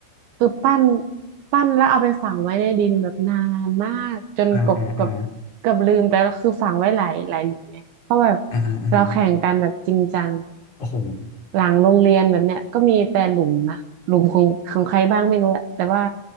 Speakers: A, on the right (about 70°); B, on the left (about 40°).
A: คือปั้นปั้นแล้วเอาไปฝังไว้ในดินแบบนานมากจนกบกับ
B: อ่าอ่าอ่า
A: กับลืมไปแล้วคือฝังไว้หลายหลายหลุมไง เพราะแบบ
B: อ่าฮะอ่าฮะ
A: เราแข่งกันแบบจริงจัง
B: โอ้โห
A: หลังโรงเรียนแบบเนี้ยก็มีแต่หลุมนะหลุมของของใครบ้างไม่รู้แหละแต่ว่า